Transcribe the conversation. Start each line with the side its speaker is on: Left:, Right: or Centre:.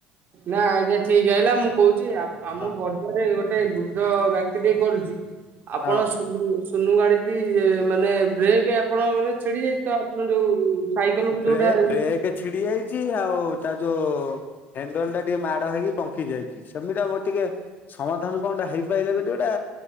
Right: ନା ଆଜ୍ଞା ଠିକ ହେଇିଲା ମୁଁ କହୁଛି ଆମ
Left: ହଁ
Right: ଗୋଟେ ବୃଦ୍ଧ ବ୍ୟକ୍ତି ଟେ କରୁଛି ଆପଣ
Left: ହଁ।
Right: ସୁନୁ ଗାଡିଟି ମାନେ ବ୍ରେକ୍ ଆପଣଙ୍କର ଛିଡି ଯାଇ ତ ଆପଣ ଯୋଉ ସାଇକେଲ
Left: ବ୍ରେ
Right: କୁ ଯୋଉଟା
Left: ବ୍ରେକ୍ ଛିଡି ଯାଇଛି ଆଉ ତା ଯୋଉ ହଣ୍ଡଲ ଟା ଟିକେ ମାଡ ହେଇକି ପଙ୍କି ଯାଇଛି ସେମିତି ମୁର ଟିକେ ସମାଧାନ କଣଟା ହେଇପାରିଲ ବଟେ ଗୋଟା